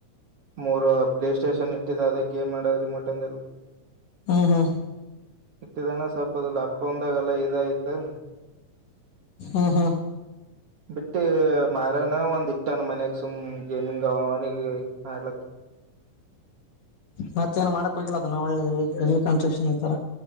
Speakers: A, on the right; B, on the left.
A: ಮೂರ ಪ್ಲೇಟೇಷನ್ ಇಟ್ಟಿದ ಅದೇ ಗೇಮ್ ಮಾಡೋ್ ರಿಮೋಟ್ ಅಂದ.
B: ಹ್ಮ್ ಹ್ಮ್.
A: ಇಟ್ಟಿದಣ್ಣ ಸ್ವಪ ಅದು ಲಾಕ್ಡೌನ್ದಾಗಲ್ಲ ಇದಾಯ್ತು.
B: ಹ್ ಹ.
A: ಬಿಟ್ಟ ಮಾರಾನ ಒಂದ್ ಇಟ್ಟಾನ ಮನ್ಯಾಗ ಸುಮ್ ಗೇಮಿಂಗ್ ಅವ ಅವನಿಗೆ ಆಡ್ಲಕ್.
B: ಮತ್ತೇನು ಮಾಡಕ್ ಹೋಗಿಲ್ಲದ ನಾ ಒಳ್ಳೆ ರಿ ಕನ್ಸ್ಟ್ರಕ್ಷನ್ ಆತರ.